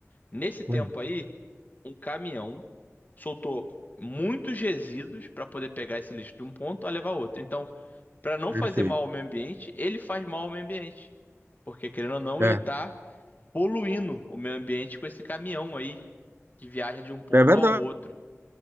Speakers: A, on the left (about 35°); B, on the right (about 50°).
A: Nesse tempo
B: Uhum.
A: aí, um caminhão soltou muitos resíduos pra poder pegar esse lixo de um ponto a levar a outro. Então, pra não
B: Perfeito.
A: fazer mal ao meio ambiente, ele faz mal ao meio ambiente. Porque, querendo ou não,
B: É,
A: ele tá poluindo o meio ambiente com esse caminhão aí que viaja de um ponto
B: é verdade.
A: ao outro.